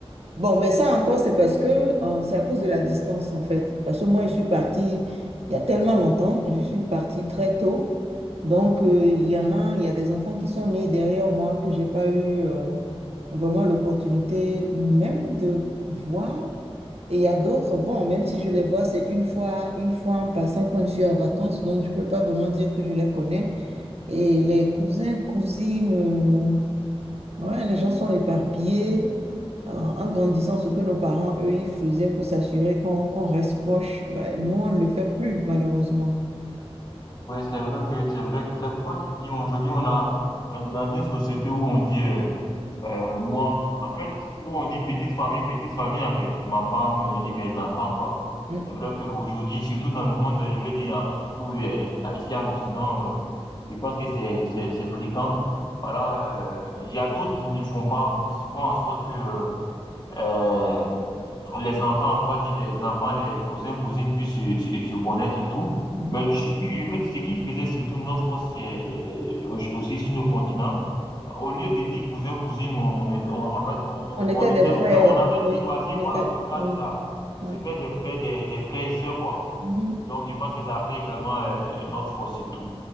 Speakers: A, on the right; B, on the left.
A: Bon, mais ça encore, c'est parce que euh, c'est à cause de la distance, en fait. Parce que moi, je suis partie il y a tellement longtemps, je suis partie très tôt. Donc, euh, il y en a, il y a des enfants qui sont nés derrière moi que j'ai pas eu euh, vraiment l'opportunité même de voir. Et il y a d'autres, bon, même si je les vois, c'est une fois, une fois en passant quand je suis en vacances, donc je peux pas vraiment dire que je les connais. Et les cousins, cousines, euh, Ouais, les gens sont éparpillés euh, en grandissant ce que nos parents, eux, ils faisaient pour s'assurer qu'on qu'on reste proche. Ben, nous, on ne le fait plus, malheureusement.
B: Ouais, c'est vrai que c'est vrai que c'est pourquoi je dis aujourd'hui on a on est dans une société où on dit euh, euh, moi en fait où on dit petite famille, petite famille en fait, ma femme euh, et mes enfants quoi.
A: Mm.
B: C'est vrai qu'aujourd'hui, surtout dans le monde, je veux dire hein, surtout euh, ici en Occident, euh, je pense que c'est c'est c'est fréquent. Voilà, euh, il y a d'autres qui ne le font pas, qui font en sorte que euh, les enfants, on va dire les enfants, les cousins, cousines puissent se, se, se connaître et tout.
A: Mhm.
B: Mais ce qui, je veux dire, ce qui faisait surtout notre force c'est, euh, aussi sur nos continents, au lieu de dire cousin, cousine, on, on était, on- en fait, on, on
A: On était
B: on était,
A: des frères.
B: on avait
A: Oui,
B: dépassé, voilà,
A: on était-
B: ce cadre-là.
A: ouais, ouais.
B: C'était des frères, des, des frères et sœurs, quoi.
A: Mhm.
B: Donc, je pense que ça a fait également euh, notre force et tout.